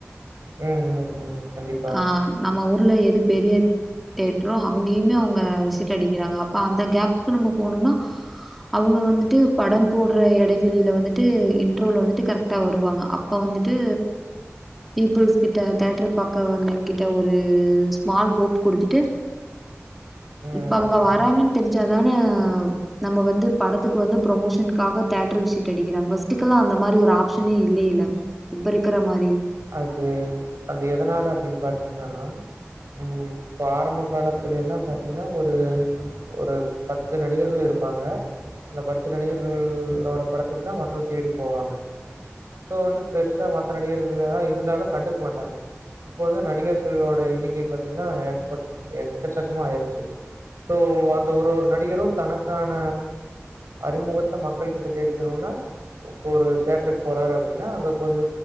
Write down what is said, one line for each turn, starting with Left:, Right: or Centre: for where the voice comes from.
Right: உம் ம் கண்டிப்பா.
Centre: ஆ நம்ம ஊர்ல எது பெரிய தேட்ரோ அங்கயுமே அவங்க விசிட் அடிக்கறாங்க அப்ப அந்த கேப்புக்கு நம்ம போனும்னா அவங்க வந்துட்டு படம் போடுற இடைவெளியில வந்துட்டு இன்ட்ரோவல வந்துட்டு கரெக்டா வருவாங்க அப் ப வந்துட்டு பீப்புள்ஸ் கிட்ட தேட்டரு பா அக்கா வந்து என்கிட்ட ஒரு ஸ்மால் ஹோப் குடுத்துட்டு
Right: ம்.
Centre: இப்ப அவங்க வராங்கன்னு தெரிஞ்சாதான நம்ம வந்து படத்துக்கு வந்து ப்ரமோஷனுக்காக தேட்டரு விசிட்டு அடிக்கிறாங்க பர்ஸ்ட்டுக்கெல்லாம் அந்த மாதிரி ஒரு ஆப்ஷனே இல்லைங்க இப்ப இருக்குற மாதிரி
Right: அது அது எதனால அப்படின்னு பார்த்தீங்கன்னா ம் இப்ப ஆரம்ப காலத்துல எல்லாம் பாத்தீங்கன்னா ஒரு ஒரு பத்து நடிகர்கள் இருப்பாங்க அந்த பத்து நடிகர்களோட படத்துக்கு தான் மக்கள் தேடி போவாங்க இப்போ வந்து பெருசா மத்த நடிகர்கள் எல்லாம் இருந்தாலும் கண்டுக்க மாட்டாங்க இப்ப வந்து நடிகர்களோட எண்ணிக்கை பாத்தீங்கன்னா எக்க எக்கச்சக்கமா ஆயிடுச்சு சோ அந்த ஒரு ஒரு நடிகரு தனக்கான அறிமுகத்த மக்கள் கிட்ட தேடிக்கணுன்னா இப்ப ஒரு தேட்டருக்கு போறாரு அப்டின்னா அங்க கொஞ்சோ